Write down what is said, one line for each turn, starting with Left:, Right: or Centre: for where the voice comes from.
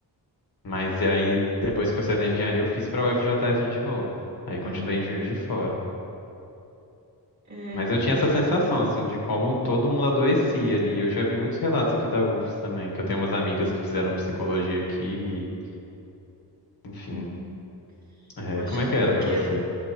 Left: mas aí, depois que eu saí da engenharia, eu fiz pra UFJF de novo, aí continuei
Right: Aham.
Left: em Juiz de Fora.
Right: É.
Left: Mas eu tinha essa sensação, assim, de como todo mundo adoecia ali. Eu já vi muitos relatos aqui da UFES também, que eu tenho umas amigas que fizeram psicologia aqui, e, enfim.
Right: Uhum.
Left: É,
Right: Poxa,
Left: como é que era
Right: porque.
Left: pra você?